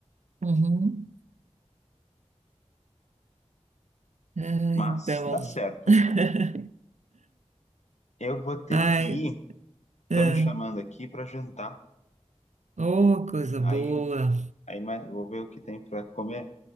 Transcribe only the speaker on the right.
uhum. Ah,
então,
<laughs>
ai,
ah,
oh, coisa boa.